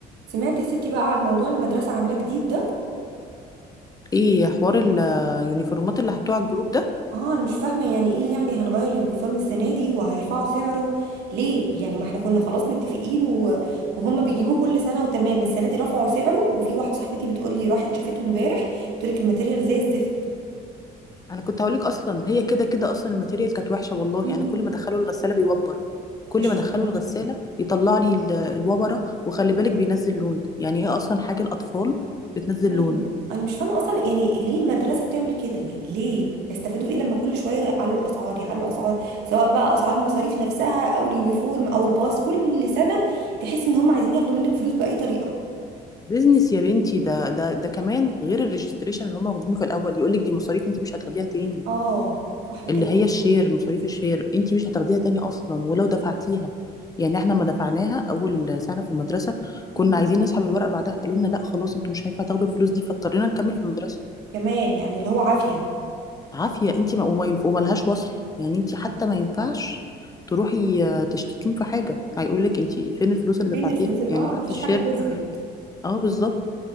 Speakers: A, on the right; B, on the left.
A: سمعت يا ستي بقى عن موضوع المدرسة عاملاه جديد ده
B: ايه حوار اليونيفورمات اللي حطوه على الجروب ده
A: اه انا مش فاهمة يعني ايه يعني هنغير اليونيفورم السنة دي وهيرفعوا سعره ليه يعني ما احنا كنا خلاص متفقين و... وهم بيجيبوه كل سنة وتمام السنة دي رفعوا سعره وفي واحدة صاحبتي بتقول لي راحت شافته امبارح بتقول لك الماتيريال زي الزفت
B: انا كنت هقولك اصلا هي كده كده اصلا الماتيريال كانت وحشه والله
A: مم.
B: انا كل ما ادخله الغساله بيوبر كل
A: مش
B: ما
A: فاهمة
B: ادخله الغساله يطلع لي ال- الوبره وخلي بالك بينزل لون يعني ايه اصلا حاجه الاطفال بتنزل
A: ايوه
B: لون
A: انا مش فاهمه اصلا يعني ليه المدرسه بتعمل كده يعني ليه يستفادوا ايه لما كل شويه يعلوا الاسعار يعلوا اسعار سواء بقى اسعار المصاريف نفسها او اليونيفورم او الباص كل سنه تحس ان هم عايزين ياخدوا منك فلوس باي طريقه
B: بيزنس يا بنتي ده ده ده كمان غير الريجستريشن اللي هم واخدينه في الاول يقولك دي مصاريف انت مش هتاخديها تاني
A: اه صح بجد
B: اللي هي الشير مصاريف الشير انت مش هتاخديها تاني اصلا ولو دفعتيها يعني احنا ما دفعناها اول سنه في المدرسه كنا
A: مم.
B: عايزين نسحب الورق بعدها قالوا لنا لا خلاص انتوا مش هينفع تاخدوا الفلوس دي فاضطرينا نكمل في المدرسه
A: كمان يعني اللي هو عافيه
B: عافيه انت ما وما ينف... وملهاش وصل يعني انت حتى ما ينفعش تروحي آه، تشتكيهم في حاجه هيقول لك انت فين الفلوس اللي
A: فين
B: دفعتيها
A: الفلوس ال-
B: يعني
A: اه
B: حتى
A: ما فيش
B: الشير
A: حاجه تثبت
B: اه بالظبط